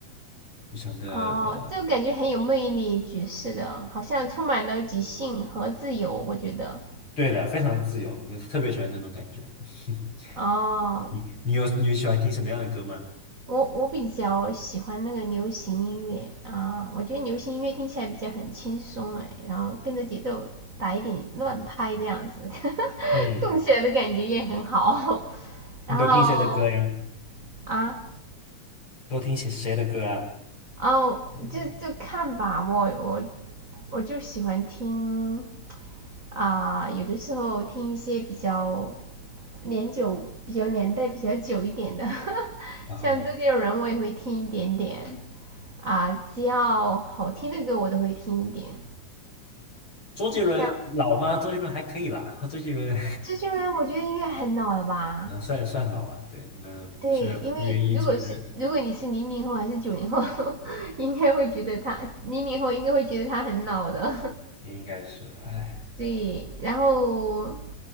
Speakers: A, on the left; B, on the right.
A: 非常的呃，
B: 哦，就感觉很有魅力，爵士的，好像充满了即兴和自由，我觉得。
A: 对的，非常自由，就特别喜欢那种感觉。<laughs>
B: 哦，
A: 你你有你有喜欢听什么样的歌吗？
B: 我我比较喜欢那个流行音乐啊，我觉得流行音乐听起来比较很轻松哎，然后跟着节奏打一点乱拍这样子，<laughs>
A: 嗯。
B: 动起来的感觉也很好。<laughs>
A: 你都听谁的歌呀？
B: 然后啊，
A: 都听谁谁的歌啊？
B: 哦，
A: 嗯，
B: 就就看吧，我我我就喜欢听啊、有的时候听一些比较年久、比较年代比较久一点的，<laughs>
A: 啊，
B: 像周杰伦我也会听一点点。啊、只要好听的歌我都会听一点。
A: 周杰伦老吗？
B: 这样，
A: 周杰伦还可以啦，<laughs> 周杰伦
B: 这些人我觉得应该很老了吧？
A: <laughs> 那算算老了，对，那虽然不愿意承认，
B: 对，因为如果是如果你是零零后还是九零后，<laughs> 应该会觉得他零零后应该会觉得他很老的。
A: 也应该是，哎，
B: <laughs> 对，然后